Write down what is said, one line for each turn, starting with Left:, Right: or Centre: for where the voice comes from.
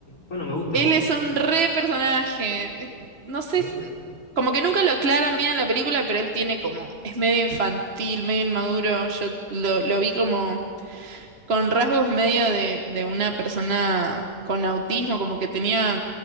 Left: bueno, me gusta,
Right: Él
Left: me gusta.
Right: es un re personaje. es- No sé,
Left: Sí,
Right: s- como que nunca lo aclaran bien en la película, pero él tiene como, es medio infantil, medio inmaduro. Yo lo, lo vi como con rasgos medio de, de una persona con autismo, como que tenía